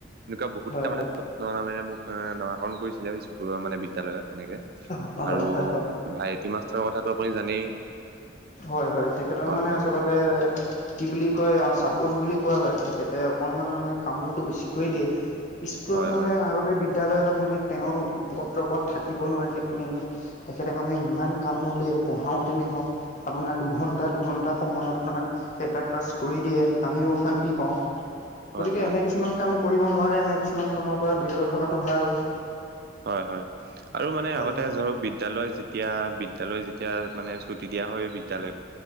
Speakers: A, on the right; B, on the left.
A: এনেকুৱা বহুত
B: হয়
A: তাৰ মানে ন নামেৰে মোক নামাকৰণ কৰিছিলে আৰু স্কুলৰ মানে বিদ্যালয়ত তেনেকে।
B: হয় হয়
A: আৰু
B: হয় হয়
A: ভাইটি মাষ্টৰ কথাটো আপুনি জানেই।
B: হয় হয়, তেখেতক
A: হয়
B: মানে
A: হয়
B: আচলতে কি বুলি কয় অ' চাপোজ বুলি কোৱা হয় তেখেতে অকনমান মানে কামোৰটো বেছিকৈ দিয়ে। স্কুলত
A: হয়
B: মানে
A: হয়
B: আগতে বিদ্যালয়ত আপুনি তেওঁৰ ওপত্ৰৱত থাকিব নোৱাৰি। উম! তেখেতে মানে ইমান কামোৰ দিয়ে পঢ়াওঁতেনে হওক। আপোনাৰ দুঘণ্টা দুঘণ্টা সময় আপোনাৰ এটা ক্লাছ কৰি দিয়ে আমিও অশান্তি পাওঁ।
A: হয়
B: গতিকে
A: হয়
B: এনে কিছুমান কাম কৰিব নোৱাৰে, এনে কিছুমান কামৰ পৰা বিৰত থকাটো ভাল।
A: হয় হয়, আৰু মানে
B: হয়
A: আগতে ধৰক বিদ বিদ্যালয় যেতিয়া বিদ্যালয় যেতিয়া মানে ছুটি দিয়া হয় বিদ্যালয়